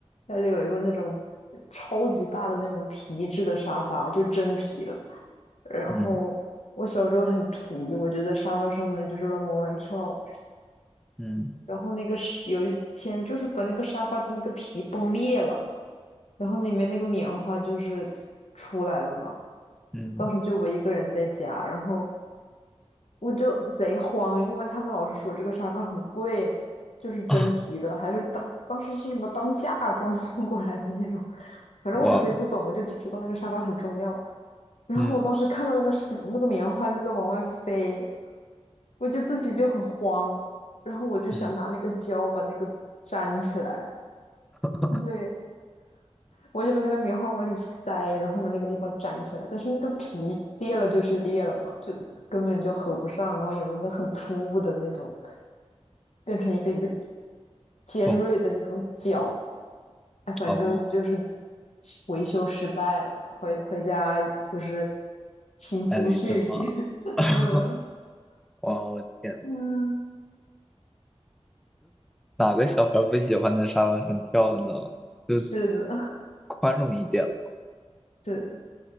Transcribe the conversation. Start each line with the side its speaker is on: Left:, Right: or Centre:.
Left: 家里有一个那种超级大的那种皮质的沙发，就真皮的。然后我小时候很皮，
Centre: 嗯
Left: 我就在沙发上面就是乱蹦乱跳。
Centre: 嗯
Left: 然后那个是有一天就是把那个沙发的那个皮崩裂了，然后里面那个棉花就是出来了嘛。
Centre: 嗯
Left: 当时就我一个人在家，然后。我就贼慌，因为他们老是说这个沙发很贵嘛，就是真皮的，
Centre: 啊，
Left: 还是当当时是什么当嫁妆送过来的那种。
Centre: <laughs>
Left: 反正我小时候也不懂，
Centre: 哇，
Left: 我就只知道那个沙发很重要。然后我当时看到那个是那个棉花就在往外飞，
Centre: 嗯
Left: 我就自己就很慌，然后我就想拿那个胶把那个粘起来。
Centre: 嗯，<laughs>
Left: 对，我就把那个棉花往里塞，然后把那个地方粘起来，但是那个皮裂了就是裂了嘛，就根本就合不上，然后有那个很突兀的那种，变成一个一个尖锐的那种角，
Centre: 蹦
Left: 哎，反正就是
Centre: 哦，
Left: 维修失败了，回回家就是腥风血雨，
Centre: 挨了一顿骂。
Left: <laughs>
Centre: <laughs>
Left: 嗯
Centre: 哇哦，天
Left: 嗯，
Centre: 哪哪个小孩不喜欢在沙发上跳呢？就
Left: 是的，
Centre: 宽容一点。
Left: 是的